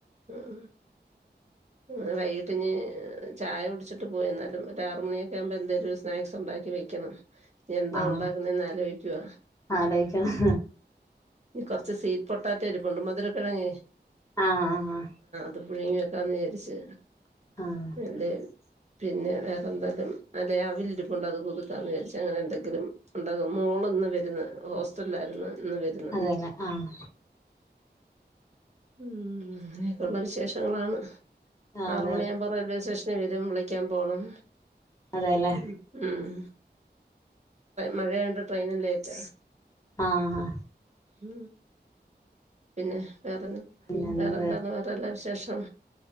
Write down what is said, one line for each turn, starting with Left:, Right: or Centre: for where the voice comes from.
Right: ഉ ഉ വൈകീട്ട് ഇ ചായ ഉടിച്ചിട്ട് പോയി എന്നാലും ഒ ആറ മണിയൊക്കെ ആവുമ്പോ എന്തെേലും സ്നാക്സ് ഉണ്ടാക്കി വേക്കണം ഇനി എന്താ
Left: ആഹ്
Right: ഉണ്ടാക്കുന്നന്ന് ആലോചിക്കുക
Left: ആലോയിക്കണം
Right: കുറച്ച് സവീറ്റ് പൊട്ടാറ്റ എരിപ്പുണ്ട് മധുര കിഴങ്ങേ
Left: ആഹ ആ
Right: അത് പുഴുങ്ങി വെക്കാന്ന് വിചാരിച്ചു
Left: ആഹ്
Right: എന്റെ പിന്നെ വേറെ എന്തായാലും അല്ലെ അവിലിരുപ്പണ്ട് അത് കൊതുക്കാന്ന് വിചരിച്ചച്ച് അങ്ങനെ എന്തെങ്കിലും ണ്ടാകും മോൾ ഇന്ന് വരുന്ന് ഹോസ്റ്റലായിരുന്നു എന്ന് വരുന്ന
Left: അതെല്ലേ ആഹ്
Right: ഉ അങ്ങനെയൊക്കെയ ഉുള്ള വിശേഷങ്ങളാണ്
Left: അത്
Right: ആറു മണിയാകുമ്പോ റെയിൽവേ സ്റ്റേഷനിൽ വരും വിളിക്കാൻ പോണം
Left: അതെല്ലേ
Right: ഉ ആഹ മഴയണ്ട് ട്രെയിനും ലൈറ്റ
Left: ആഹ ഹാ
Right: ഉ പിന്നെ വേറെന്ന
Left: പിന്നെന്ത്
Right: വേറെന്താന്ന വേറെല്ലാ വിശേഷം